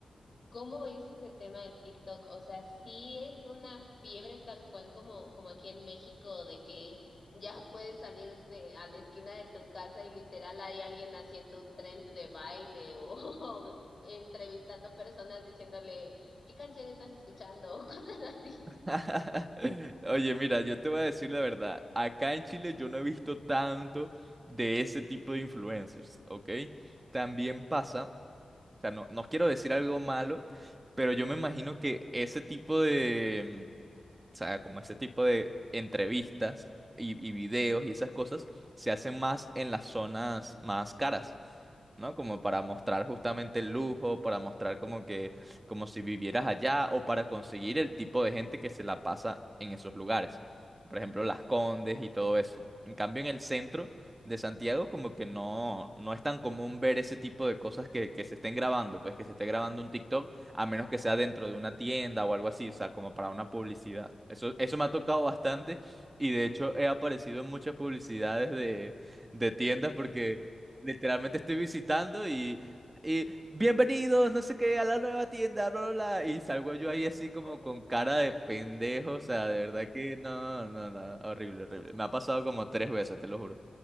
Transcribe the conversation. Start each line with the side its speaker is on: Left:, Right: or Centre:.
Left: ¿Cómo es ese tema del TikTok? O sea, sí es una fiebre tal cual como, como aquí en México, de que ya puedes salir de a la esquina de tu casa y literal hay alguien haciendo un trend de baile o, <laughs> o entrevistando personas diciéndole, ¿qué canción estás escuchando? <laughs> o cosas así.
Right: <laughs> Oye, mira, yo te voy a decir la verdad. Acá en Chile yo no he visto tanto de ese tipo de influencers, ¿ok? También pasa, o sea, no, no quiero decir algo malo, pero yo me imagino que ese tipo de, mm, o sea, como ese tipo de entrevistas y, y videos y esas cosas se hacen más en las zonas más caras. ¿no? Como para mostrar justamente el lujo, para mostrar como que, como si vivieras allá o para conseguir el tipo de gente que se la pasa en esos lugares. Por ejemplo,
Left: Sí.
Right: Las Condes y todo eso. En cambio, en el centro de Santiago como que no, no es tan común ver ese tipo de cosas que, que se estén grabando, pues que se esté grabando un TikTok, a menos que sea dentro de una tienda o algo así, o sea, como para una publicidad. Eso, eso me
Left: Ajá.
Right: ha tocado bastante y de hecho he aparecido en muchas publicidades de, de tiendas porque Literalmente estoy visitando y, y bienvenidos, no sé qué, a la nueva tienda, bla, bla, bla. Y salgo yo ahí así
Left: <laughs>
Right: como con cara de pendejo, o sea, de verdad que no, no, no, horrible, horrible. Me ha pasado como tres veces, te lo juro.